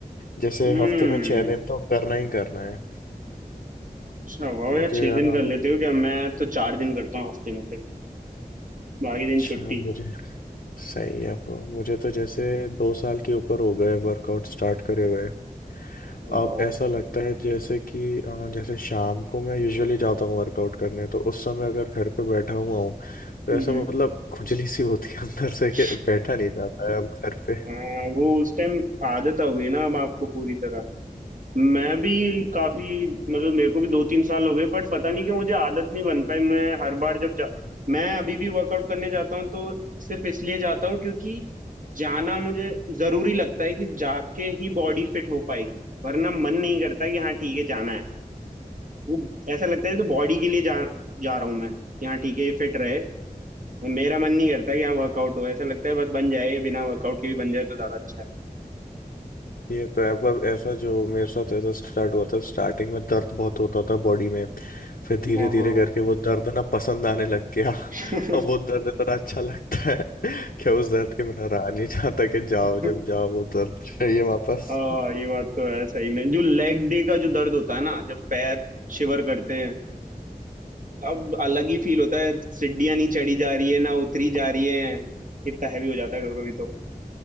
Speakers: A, on the left (about 75°); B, on the right (about 60°).
A: जैसे
B: हम्म,
A: हफ्ते में छह दिन तो करना ही करना है
B: अच्छा वाह
A: मुझे
B: यार छह
A: आराम
B: दिन कर लेते हो क्या मैं तो चार दिन करता हूँ हफ्ते में से बाकी दिन
A: अच्छा
B: छुट्टी
A: मुझे सही है ब्रो मुझे तो जैसे दो साल के ऊपर हो गए वर्कआउट स्टार्ट करे हुए
B: वाह
A: अब ऐसा लगता है जैसे कि अ, जैसे शाम को मैं यूजुअली जाता हूँ वर्कआउट करने तो उस समय अगर घर पे बैठा हुआ हूँ तो
B: हम्म
A: ऐसा
B: हम्म।
A: मतलब खुजली सी होती है अंदर से
B: <laughs>
A: कि बैठा नहीं जाता है अब घर पे
B: हाँ, वो उस टाइम आदत हो गई ना अब आपको पूरी तरह मैं भी काफी मतलब मेरे को भी दो तीन साल हो गए बट पता नहीं क्यों मुझे आदत नहीं बन पाई मैं हर बार जब जा मैं अभी भी वर्कआउट करने जाता हूँ तो सिर्फ इसलिए जाता हूँ क्योंकि जाना मुझे जरूरी लगता है कि जाके ही बॉडी फिट हो पाएगी वरना मन नहीं करता कि हाँ ठीक है जाना है वो ऐसा लगता है जैसे बॉडी के लिए जा जा रहा हूँ मैं कि हाँ ठीक है ये फिट रहे और मेरा मन नहीं करता कि हाँ वर्कआउट हो ऐसा लगता है बस बन जाए बिना वर्कआउट के भी बन जाए तो ज्यादा अच्छा है
A: ये तो है पर ऐसा जो मेरे साथ ऐसा स्टार्ट हुआ था स्टार्टिंग में दर्द बहुत होता था बॉडी में फिर धीरे
B: हाँ
A: धीरे करके वो दर्द ना पसंद आने लग गया
B: हाँ
A: अब वो दर्द इतना अच्छा लगता है कि उस दर्द के बिना रहा नहीं जाता कि जाओ
B: <laughs>
A: जब जाओ वो दर्द चाहिए वापस
B: आ, ये बात तो है सही में जो लेग डे का जो दर्द होता है ना जब पैर शिवर करते हैं तब अलग ही फील होता है सीढ़ियां नहीं चढ़ी जा रही है ना उतरी जा रही है इतना हैवी हो जाता है कभी कभी तो